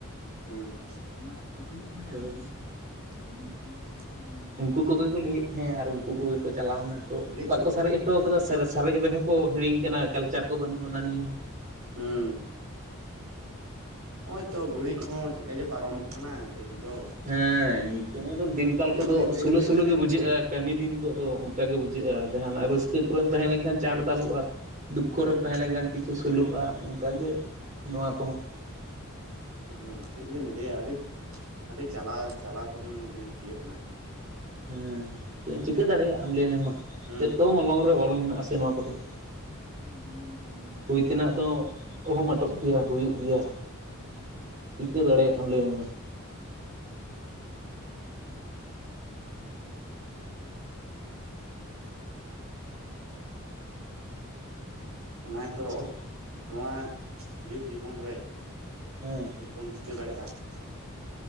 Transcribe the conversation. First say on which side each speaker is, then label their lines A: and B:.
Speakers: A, on the right (about 80°); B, on the right (about 40°).
A: ᱦᱩᱸ ᱚᱱᱟ ᱠᱩᱫᱩᱢ ᱠᱚ ᱧᱟᱢ
B: ᱛᱚᱵᱮ
A: <unintelligible>
B: ᱩᱱᱠᱩ ᱠᱚᱜᱮ ᱠᱚ ᱞᱟᱹᱭᱮᱫ ᱛᱟᱦᱮᱸᱜ ᱟᱨ ᱩᱱᱠᱩ ᱠᱚᱜᱮ ᱠᱚ ᱪᱟᱞᱟᱣ ᱮᱱᱟ ᱛᱚ
A: ᱞᱤᱠ
B: ᱵᱟᱠᱚ
A: ᱜᱚᱫᱚᱜ
B: ᱥᱟᱨᱮᱡ
A: ᱵᱟᱠᱷᱟᱡ
B: ᱦᱚᱴᱚ ᱟᱠᱟᱫᱟ ᱥᱟᱨᱮᱡ ᱨᱮᱦᱚ ᱠᱚ ᱦᱤᱲᱤᱧ ᱠᱟᱱᱟ ᱠᱟᱞᱪᱟᱨ ᱠᱚ ᱵᱟᱹᱱᱩᱜ-ᱟ ᱚᱱᱟ ᱱᱤᱭᱟᱹ ᱦᱚᱸ ᱾
A: ᱦᱩᱸ ᱾ ᱦᱚᱜ-ᱚᱭ ᱛᱚ ᱜᱷᱩᱲᱤ ᱠᱚᱦᱚᱸ ᱪᱮᱫᱠᱟ ᱡᱮ ᱯᱟᱨᱚᱢᱚᱜ ᱠᱟᱱᱟ ᱛᱮᱦᱮᱧ ᱫᱚ ᱾
B: ᱦᱮᱸ ᱱᱤᱛᱚᱝ ᱫᱚ ᱫᱤᱱᱠᱟᱞ ᱠᱚᱫᱚ
A: ᱵᱟᱹᱭ ᱵᱟᱹᱭᱛᱮ
B: ᱥᱳᱞᱳ ᱥᱳᱞᱳ
A: ᱥᱮ
B: ᱜᱮ ᱵᱩᱡᱷᱟᱹᱜ-ᱟ ᱾ ᱠᱟᱹᱢᱤ ᱫᱤᱱ ᱫᱚ ᱦᱤᱛᱚᱜ ᱚᱱᱠᱟᱜᱮ ᱵᱩᱡᱷᱟᱹᱜ-ᱟ ᱡᱟᱦᱟᱱᱟᱜ ᱨᱟᱹᱥᱠᱟᱹ ᱠᱚᱨᱮᱢ ᱛᱟᱦᱮᱸ ᱞᱮᱱᱠᱷᱟᱱ ᱪᱟᱬ ᱛᱟᱵᱚᱜ-ᱟ ᱾ ᱫᱩᱠᱠᱷᱚ
A: ᱦᱩᱸ
B: ᱨᱮᱢ ᱛᱟᱦᱮᱸ ᱞᱮᱱᱠᱷᱟᱱ ᱠᱤᱪᱷᱩ ᱥᱳᱞᱳᱜ-ᱟ ᱚᱱᱠᱟᱜᱮ ᱱᱚᱣᱟ ᱠᱚᱦᱚᱸ ᱾ <inaudible>
A: ᱦᱩᱸ ᱪᱮᱫ ᱡᱮᱢ ᱞᱟᱹᱭᱟ ᱟᱹᱰᱤ <inaudible> ᱟᱹᱰᱤ ᱡᱟᱞᱟ ᱡᱟᱞᱟᱛᱚᱱ ᱫᱤᱱ ᱛᱤᱭᱟᱹᱜ ᱮᱱᱟ ᱾
B: ᱦᱮᱸ ᱱᱤᱛᱚᱜ ᱪᱤᱠᱟᱹ ᱫᱟᱲᱮᱭᱟᱜ ᱟᱢ ᱞᱟᱹᱭ ᱢᱮ ᱢᱟ
A: ᱦᱩᱸ
B: ᱡᱚᱛᱚ ᱢᱚᱞᱚᱝ ᱨᱮ ᱚᱞ ᱢᱮᱱᱟᱜ ᱟᱥᱮ ᱱᱚᱣᱟ ᱠᱚᱫᱚ ᱾
A: ᱦᱩᱸ <unintelligible> ᱧᱮᱞ
B: ᱛᱮᱱᱟᱜ ᱫᱚ ᱚᱦᱚᱢ
A: ᱦᱚᱪᱚᱧ
B: ᱟᱴᱚᱠ ᱠᱮᱭᱟ
A: ᱢᱮ
B: ᱦᱩᱭᱩᱜ
A: ᱫᱟᱜ
B: ᱜᱮᱭᱟ ᱪᱤᱠᱟᱹ ᱫᱟᱲᱮᱭᱟᱜ-ᱟᱢ ᱞᱟᱹᱭ ᱢᱮ ᱢᱟ ᱾
A: ᱚᱱᱟ ᱜᱮᱛᱚ
B: ᱟᱪᱪᱷᱟ
A: <inaudible> ᱱᱚᱣᱟ ᱡᱮᱣᱮᱫ ᱡᱤᱵᱚᱱ ᱨᱮ
B: ᱦᱮᱸ ᱾
A: ᱪᱮᱫ ᱠᱚᱢ ᱪᱤᱠᱟᱹ ᱫᱟᱲᱮᱭᱟᱜ-ᱟ ᱾